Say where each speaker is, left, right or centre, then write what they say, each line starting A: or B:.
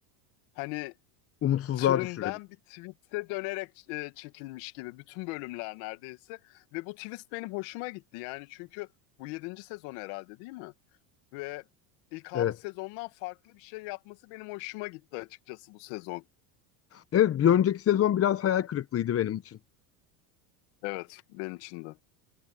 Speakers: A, on the left; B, on the left.
A: Hani
B: Umutsuzluğa
A: türünden
B: düşürelim.
A: bir twist'e dönerek e, çekilmiş gibi bütün bölümler neredeyse. Ve bu twist benim hoşuma gitti yani çünkü bu yedinci sezon herhalde değil mi? Ve ilk
B: Evet.
A: 6 sezondan farklı bir şey yapması benim hoşuma gitti açıkçası bu sezon.
B: Evet, bir önceki sezon biraz hayal kırıklığıydı benim için.
A: Evet, benim için de.